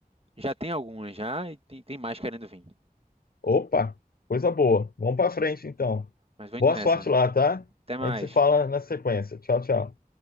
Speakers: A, on the right; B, on the left.
A: Já tem algumas já e tem, tem mais querendo vir.
B: Opa, coisa boa. Vamos para frente então.
A: Mas vou
B: Boa
A: indo nessa.
B: sorte lá, tá?
A: Até
B: A
A: mais.
B: gente se fala na sequência. Tchau, tchau.